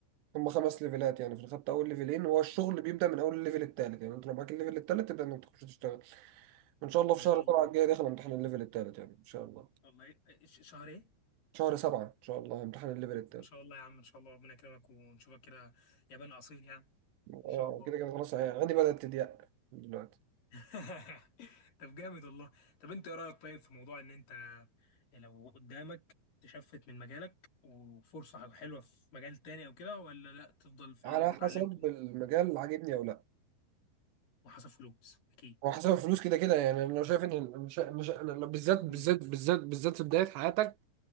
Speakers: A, on the right (about 75°); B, on the left (about 45°).
A: هم خمس ليفلات يعني في الخدت اول ليفلين هو الشغل بيبدأ من اول الليفل التالت يعني انت لو معاك الليفل التالت تبدأ انك تخش تشتغل وان شاء الله
B: ما
A: في شهر
B: شاء الله
A: سبعة الجاي داخل امتحان الليفل التالت يعني ان شاء الله
B: والله إيه- ش- شهر ايه
A: شهر سبعة ان شاء الله امتحان الليفل التالت
B: ما شاء الله يا عم ان شاء الله ربنا يكرمك ونشوفك كده يابان اصيل يعني ان
A: اه
B: شاء الله
A: كده كده خلاص يعني عندي بدأت تضيق دلوقتي
B: <laughs> طب جامد والله طب انت ايه رايك طيب في موضوع ان انت لو قدامك تشفت من مجالك وفرصه حلوه في مجال تاني او كده ولا لا تفضل في
A: على
B: اللي انت
A: حسب
B: اتعلمته
A: المجال اللي عاجبني او لا
B: وحسب فلوس اكيد
A: هو
B: برضه
A: حسب الفلوس كده كده يعني انا لو شايف ان أنا شا... أنا شا... أنا لو بالذات بالذات
B: مجزي
A: بالذات بالذات في بدايه حياتك